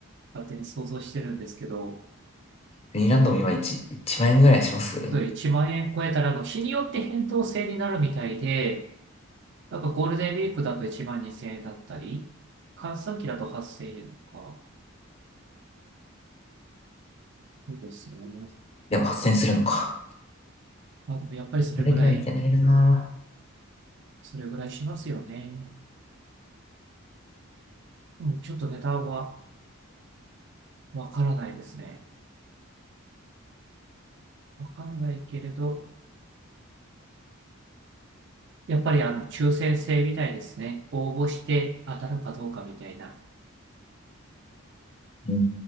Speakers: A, on the right; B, on the left.
A: 勝手に想像してるんですけど、
B: ディズニーランドも今1、万円ぐらいしますで
A: それ1万円超えたら、もう日によって変動制になるみたいで、なんかゴールデンウィークだと1万2千円だったり、閑散期だと8千円とか、そうですね。
B: も8 0するのか。
A: まあでもやっぱりそれぐらい、
B: あれにはいけないな
A: それぐらいしますよね。うん、ちょっと値段はわからないですね。わからないけれど、やっぱりあの、抽選制みたいですね。応募して当たるかどうかみたいな
B: ぁ。うんっ